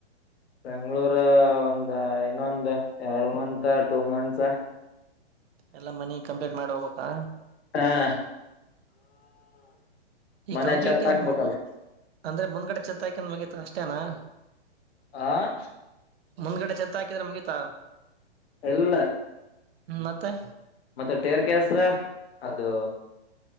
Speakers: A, on the left; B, on the right.
A: ಬೆಂಗ್ಳೂರ ಒಂದ ಇನ್ನೊಂದ ಎರಡ್ ಮಂತ್ ಟೂ ಮಂತ್ಸ.
B: ಎಲ್ಲ ಮನಿ ಕಂಪ್ಲೀಟ್ ಮಾಡ ಹೋಗಬೇಕಾ.
A: ಹ
B: ಈ
A: ಮನೆ
B: ಕಂಪ್ಲೀಟ್
A: ಚತ್ ಹಾಕ್ಬೇಕಲ್ಲ
B: ಏನು ಅಂದ್ರೆ ಮುಂದ್ಗಡೆ ಚತ್ತಾಕನ್ ಮುಗಿತ ಅಷ್ಟೇನಾ.
A: ಆ.
B: ಮುಂದ್ಗಡೆ ಛತ್ ಹಾಕಿದ್ರೆ ಮುಗೀತಾ.
A: ಇಲ್ಲ.
B: ಹ್ಮ ಮತ್ತೆ.
A: ಮತ್ತೆ ಟೇರ್ ಕೇಸ್ ಅದು